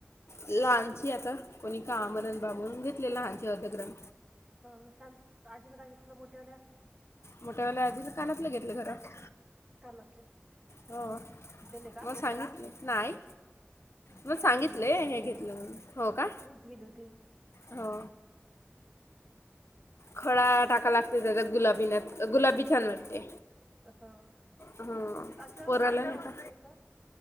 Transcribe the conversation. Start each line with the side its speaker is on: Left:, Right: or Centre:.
Left: लहानची आता, कोणी का म्हणत बाबून लहानचे अर्ध ग्राम.
Right: हो शांत आजीनं काय घेतलं मोठ्यावाल्या.?
Left: मोठ्या वाल्या आजीनं कानातलं घेतलं खरं.
Right: कानातले
Left: हो,
Right: दिले का
Left: मग सां नाही, नाही. मग
Right: मीच
Left: सांगितलंय
Right: गेली होती
Left: हे घेतलं म्हणून,, हो का,,
Right: मीच गेली होती
Left: हो. खड टाका लागते त्याचात गुलाबीना,, गुलाबी छान वाटते.
Right: ह
Left: हं,
Right: आजकाल
Left: पोराला
Right: कोणी खडी
Left: हिता
Right: टाकत नाही का